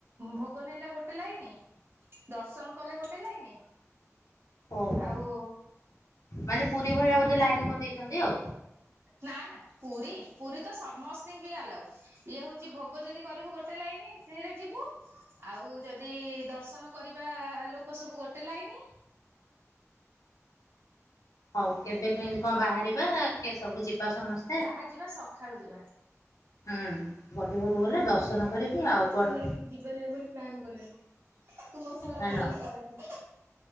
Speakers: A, on the right; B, on the left.
A: ଭୋଗ ନେଲେ ଗୋଟେ ଲାଇନ ଦର୍ଶନ କଲେ ଗୋଟେ ଲାଇନ
B: ଓହୋ
A: ଆଉ
B: ମାନେ ପୁରୀ ଭଳିଆ ବୋଧେ ଲାଇନ କରିଦେଇଛନ୍ତି ଆଉ।
A: ନା ନା ପୁରୀ ପୁରୀ ତ ସମସ୍ତିଙ୍କି ଆଲାଉ। ଇଏ ହଉଚି ଭୋଗ ଯଦି କରିବୁ ଗୋଟେ ଲାଇନ ସେରେ ଯିବୁ ଆଉ ଯଦି ଦର୍ଶନ କରିବା ଲୋକ ସବୁ ଗୋଟେ ଲାଇନି
B: ହଉ କେବେ କେମିତି କ ବାହାରିବା କେ ସବୁ ଯିବା ସମସ୍ତେ
A: ଯାହା ଯିବା ସଖାଳୁ ଯିବା।
B: ହୁଁ ବଡି ଭୋରୁ ଗଲେ ଦର୍ଶନ କରିକି
A: ଦେଖ୍ ନା
B: ଆଉ
A: ତତେ
B: କୁଆଡେ
A: ନେଇକି ଯିବା ନାଇଁ ବୋଲି ପ୍ଲାନ୍ କଲେଣି। ତୁ ମୋ ସାଙ୍ଗରେ
B: ହାଲୋ
A: ପଳେଇବୁ ଗଲେ ବି।